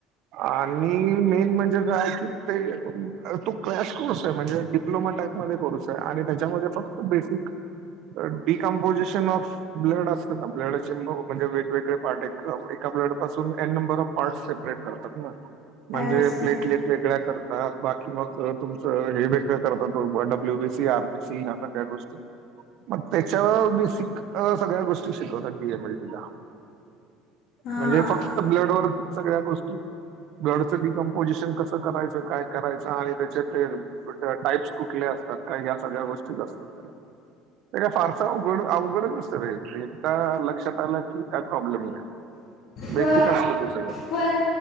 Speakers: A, on the right; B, on the left.
A: आणि मेन म्हणजे काय कि ते अ तू क्रॅश कोर्स म्हणजे डिप्लोमा टाईपमध्ये कोर्स आहे आणि त्याच्यामध्ये फक्त बेसिक डिकॉम्पोसिशन ऑफ ब्लड असतं ना, ब्लडचे ब म्हणजे वेगवेगळे पार्ट एका एका ब्लडपासून n number of parts separate करतात ना. म्हणजे
B: अच्छा
A: प्लेटलेट वेगळ्या करतात, बाकी मग अ तुमचं हे वेगळं करतात त W B C, R B C या सगळ्या गोष्टी. त्याच्या बेसिक अ सगळ्या गोष्टी शिकवतात डी एम एल टी ला.
B: हा
A: म्हणजे फक्त ब्लड वरती सगळ्या गोष्टी ब्लडचं डिकम्पोजिशन कसं करायचं, काय करायचं आणि त्याच्या ते ट टाईप्स कुठले असतात काय ह्या सगळ्या गोष्टीच असतात त्याच्या. ते काय फारसं अवघड अवघड नसतं ते, एकदा लक्षात आलं की काय प्रॉब्लेम नाही. बेसिक
B: प
A: असतं ते सगळं
B: पण